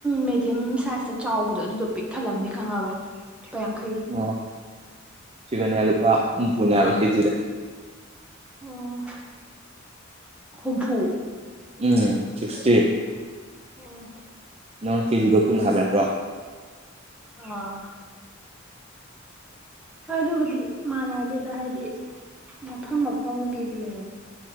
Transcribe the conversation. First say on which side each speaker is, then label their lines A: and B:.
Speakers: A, in the centre; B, on the right (about 30°).
A: ꯃꯦꯗꯤꯌꯝ ꯁꯥꯏꯖꯇ ꯆꯥꯎꯕꯗꯣ ꯑꯗꯨꯗꯣ ꯄꯤꯛ ꯊꯜꯂꯝꯅꯤ ꯈꯪꯉꯕ ꯂꯨꯄꯥ ꯌꯥꯡꯈꯩꯒꯤ
B: ꯑꯣ ꯁꯤꯗꯅꯦ ꯂꯨꯄꯥ ꯍꯨꯝꯐꯨꯅꯦ ꯍꯥꯢꯕ ꯀꯦꯖꯤꯗ
A: ꯑꯣ ꯍꯨꯝꯐꯨ
B: ꯎꯝ ꯁꯤꯛꯁꯇꯤ
A: ꯑꯣ
B: ꯅꯪ ꯀꯦꯖꯤꯗꯣ ꯀꯨꯟ ꯍꯥꯏꯕ ꯅꯠꯇ꯭ꯔꯣ
A: ꯑꯥ ꯍꯣꯏ ꯑꯗꯨꯕꯨꯗꯤ ꯃꯥꯟꯅꯗꯦꯗ ꯑꯗ ꯍꯥꯏꯗꯤ ꯃꯐꯝ ꯃꯐꯝꯒꯤꯗꯨꯅꯦ